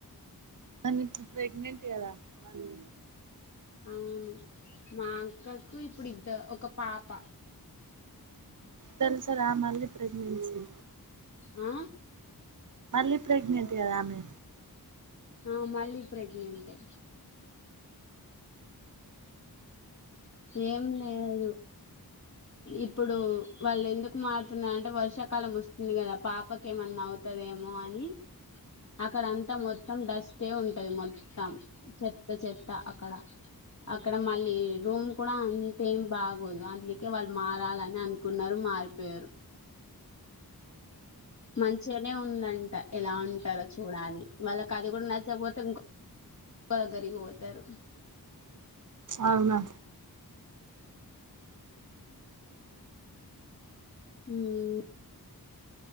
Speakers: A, on the right; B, on the left.
A: తను ఇప్పుడు ప్రెగ్నంట్ కద మల్లి
B: అవును మా అక్కకు ఇప్పుడు ఇద్ద ఒక పాప
A: తెల్ సార ఆ మల్లి ప్రెగ్నెన్సీ
B: ఆ
A: మళ్ళీ ప్రెగ్నెంట్ కదా ఆమె
B: ఆ మళ్ళీ ప్రెగ్నెంటె ఏం లెదు ఇప్పుడు వాళ్ళు ఎందుకు మారుతున్నారు అంటే వర్షాకాలం వస్తుంది కదా పాపక ఏమన్నా అవు అవ్తదేమో అని అక్కడ అంతా మొత్తం డస్టే ఉంటది మొత్తం చెత్త చెత్త అక్కడ అక్కడ మళ్ళీ రూమ్ కూడా అంతేం బాగోదు అందుకే వాళ్ళు మారాలని అనుకున్నారు మారిపోయారు మంచిగానే ఉందంట ఎలా ఉంటారో చూడాలి వాళ్ళకి అది కూడా నచ్చకపోతే ఇంకొ బాగరిగి పోతారు
A: అవునా
B: ఉమ్